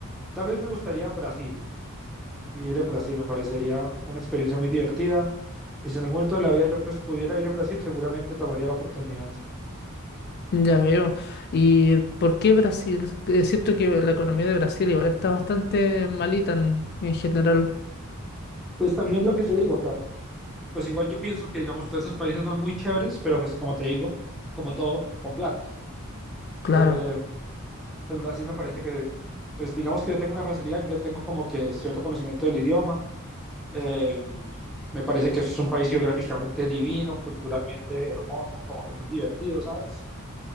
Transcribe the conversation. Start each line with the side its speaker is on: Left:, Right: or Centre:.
Centre: Tal vez me gustaría Brasil, vivir en Brasil, me parecería una experiencia muy divertida. Y si en algún momento de la vida yo pues pudiera ir a Brasil, seguramente tomaría la oportunidad.
Left: Ya veo. ¿Y por qué Brasil? Es cierto que la economía de Brasil igual está bastante malita en, en general.
Centre: Pues también lo que te digo, o sea, Pues igual yo pienso que, digamos, todos esos países son muy chéveres, pero pues como te digo, como todo, con plata.
Left: Claro,
Centre: Eh, pues Brasil me parece que, pues digamos que yo tengo una facilidad, yo ya tengo como que cierto conocimiento del idioma. Eh, me parece que es un país geográficamente divino, culturalmente hermoso, como que muy divertido, ¿sabes?